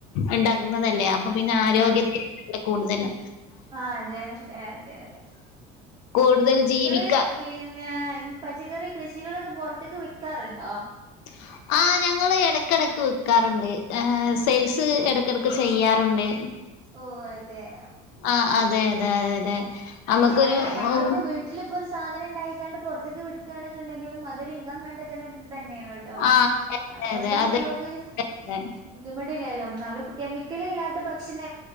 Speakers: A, on the left; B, on the right.
A: ഇണ്ടാക്കുന്നതല്ലേ അപ്പൊ പിന്നെ ആരോഗ്യത്തെ
B: ആ
A: കൂടുതലും
B: ആ അതെ അതെ അതെ അതെ
A: കൂടുതൽ
B: നിങ്ങള്
A: ജീവിക്ക
B: പിന്നെ പച്ചക്കറി കൃഷികളൊക്കെ പുറത്തേക്ക് വിക്കാറുണ്ടോ?
A: <inaudible> ആ ഞങ്ങള് ഇടക്കിടക്ക് വിൽക്കാറുണ്ട്. സെയിൽസ് ഇടക്കിടക്ക് ചെയ്യാറുണ്ട്.
B: ഓ അതെയോ.
A: ആ അതെ അതെ അതെ അതെ നമുക്കൊരു
B: അല്ല ഞമ്മളിപ്പോ
A: ഉം,
B: വീട്ടിലിപ്പൊ ഒരു സാധന ഇണ്ടായിണ്ട് പുറത്തേക്ക് വിൽക്കാന്നുണ്ടെങ്കിലും അതൊരു ഇൻകം കണ്ടെത്തണണ്ട്. തന്നെയാണ് ട്ടോ
A: ആ
B: അതുകൊണ്ടും
A: അതെ അതെ അതെ
B: നമ്മുക്ക്
A: അതെ
B: ബുദ്ധിമുട്ടില്ലല്ലോ എന്നാലും കെമിക്കലില്ലാത്ത ഭക്ഷണ